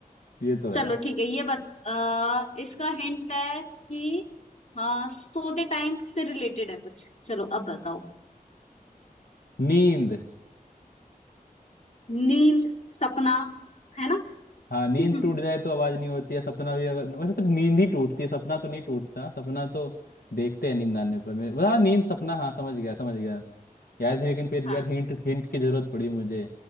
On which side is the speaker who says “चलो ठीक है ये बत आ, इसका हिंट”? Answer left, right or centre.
Left